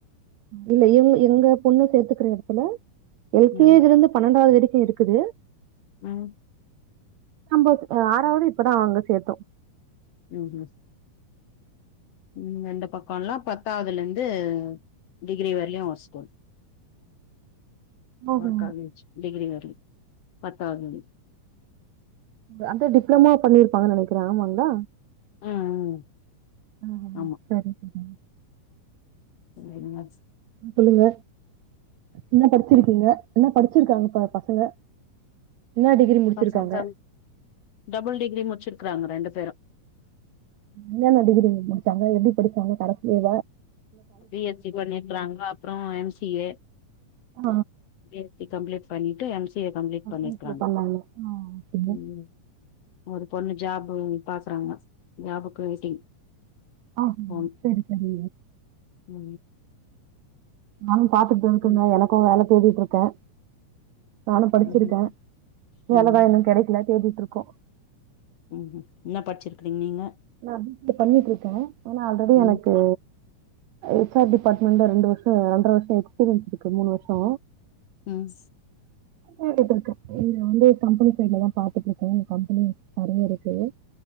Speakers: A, on the right; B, on the left.
A: இல்ல இவுங்க எங்க பொண்ணு சேத்துக்குற எடத்துல எல் கே
B: ம்
A: ஜி லெர்ந்து பன்னெண்டாவ்து வரைக்கு இருக்குது
B: ம்
A: நம்ப அ ஆறாவது இப்பதா அங்க சேத்தோ
B: ம் ம் ம் இந்த பக்கோல்லா பத்தாவதுல இருந்து டிகிரி வரலியு ஒரு ஸ்கூல்
A: ஓஹோ
B: ஒரு காலேஜ் டிகிரி வரலங் பத்தாவது <unintelligible>
A: அதா டிப்ளம்மோ பண்ணிருப்பாங்க நெனைக்கிறே ஆமாங்களா
B: ம் ம்
A: ம்
B: ஆமா
A: செரிங்க
B: அது என்னாச்சு
A: சொல்லுங்க என்ன படிச்சிருக்கீங்க என்ன படிச்சிருக்காங்க ப பசங்க என்னா டிகிரி முடிச்சிருக்காங்க?
B: பசங்க டபுள் டிகிரி முச்சிருக்குறாங்க ரெண்டு பேரு
A: என்னன்ன டிகிரி முடிச்சாங்க எப்டி படிச்சாங்க கடைசில
B: பி எஸ் சி பண்ணிருக்கறாங்க அப்றோ எம் சி ஏ
A: ஆ
B: பி எஸ் சி கம்ப்ளீட் பண்ணிட்டு M C A complete பண்ணிருக்கறாங்க
A: M பண்ணாங்க ஆ ஓகேங்க
B: ம் ஒரு பொண்ணு ஜாபு பாக்கறாங்க ஜாப்க்கு வெயிட்டிங்
A: ஆ
B: ஆம்
A: சரி சரி
B: ஆ
A: நானு பாத்துட்டுதான் இருக்கங்க
B: ம்
A: எனக்கு வேல தேடிட்டு இருக்கன் நானு படிச்சிருக்கன்
B: ம்
A: வேலதான்
B: ம்
A: இன்னு கெடைக்கல தேடிட்டு இருக்கோ
B: ம்ஹும் என்ன படிச்சிருக்றீங்க நீங்க?
A: நா பி சி ஏ பண்ணிட்டு இருக்கேன் ஆனா ஆல்ரெடி
B: ம்
A: எனக்கு எச் ஆர் டிபார்ட்மெண்ட் ரெண்டு வருஷோ ரெண்டரை வருஷோ எக்ஸ்பீரியன்ஸ் இருக்கு மூனு வருஷோ
B: ம்
A: தேடிட்டு இருக்கேன் இங்க வந்து கம்பெனி சைடுலதான் பாத்துட்டு இருக்கேன் இங்க கம்பெனி நெறையா இருக்கு